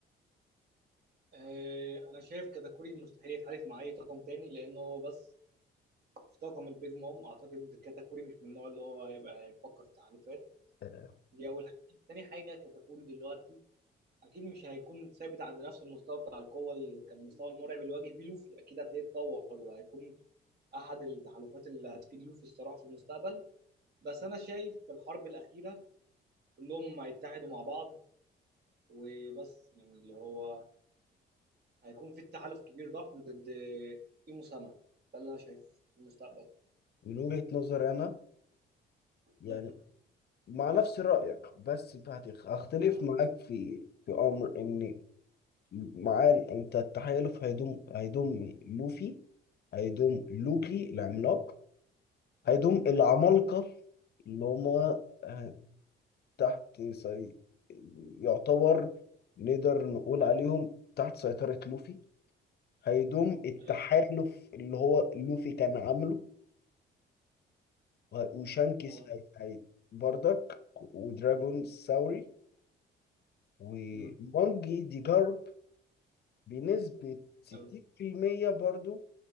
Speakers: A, on the right; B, on the left.
A: آه، انا شايف كاتاكوري مستحيل يتحالف مع اي طاقم تاني لان هو بس في طاقم البيج مام اعتقد كاتاكوري مش من النوع اللي هو هيبقى يفكر في تحالفات
B: آه،
A: دي أول حاجة تاني حاجة كتكوري دلوقتي أكيد مش هيكون ثابت عند نفس المستوى بتاع القوة اللي كان المستوى المرعب اللي واجه بيه لوفي أكيد هتلاقيه اتطور وهيكون أحد التحالفات اللي هتفيد لوفي الصراحة في المستقبل بس أنا شايف في الحرب الأخيرة كلهم هيتحدوا مع بعض وبس يعني اللي هو هيكون في تحالف كبير ضخم ضد إيمو سما ده اللي أنا شايفه في المستقبل
B: من وجهة نظري أنا يعني
A: مم.
B: مع نفس رأيك بس هت- هختلف
A: اه
B: معاك في في أمر إن معاه انت التحالف هيضم هيضم لوفي هيضم لوكي
A: مم.
B: العملاق هيضم العمالقة
A: اه
B: اللي هما آه، تحت سي... يعتبر نقدر نقول عليهم تحت سيطرة لوفي هيضم التحالف
A: أيوة.
B: اللي هو لوفي كان عامله وه- وشانكس
A: اه
B: هي... هي... بردك ودراجون ساوري ومونجي
A: مم.
B: دي جارب بنسبة 60%
A: أيوة.
B: برضو